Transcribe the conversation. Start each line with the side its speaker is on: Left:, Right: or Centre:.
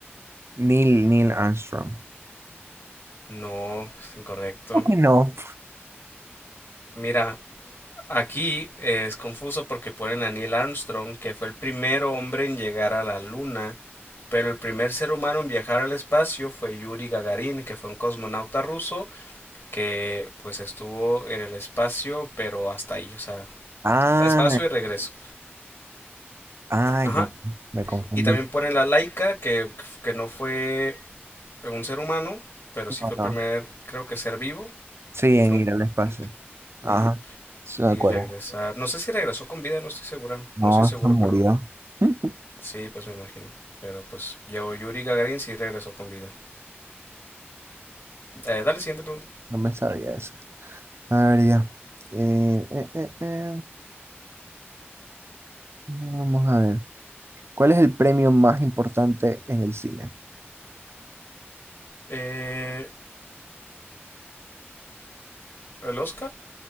Right: Neil, Neil Armstrong.
Left: No, es incorrecto.
Right: ¿Cómo que no?
Left: Mira, aquí es confuso porque ponen a Neil Armstrong, que fue el primer hombre en llegar a la Luna, pero el primer ser humano en viajar al espacio fue Yuri Gagarin, que fue un cosmonauta ruso que pues estuvo en el espacio, pero hasta ahí, o sea,
Right: Ah,
Left: espacio y regreso.
Right: ah,
Left: Ajá.
Right: ya, me confundí.
Left: Y también ponen la Laika, que, que no fue un ser humano, pero sí
Right: No,
Left: fue el
Right: no.
Left: primer, creo que ser vivo.
Right: Sí, en
Left: Fue
Right: ir
Left: un...
Right: al espacio.
Left: un-
Right: Ajá,
Left: ujú.
Right: sí, me
Left: Y
Right: acuerdo.
Left: regresar... No sé si regresó con vida, no estoy segura.
Right: No,
Left: No estoy seguro,
Right: se murió.
Left: perdón.
Right: <laughs>
Left: Sí, pues me imagino. Pero pues, yo, Yuri Gagarin sí regresó con vida. Eh, dale, siguiente pregunta.
Right: No me sabía eso. A ver, ya. Eh, eh, eh, eh. Vamos a ver. ¿Cuál es el premio más importante en el cine?
Left: Eh, ¿el Oscar?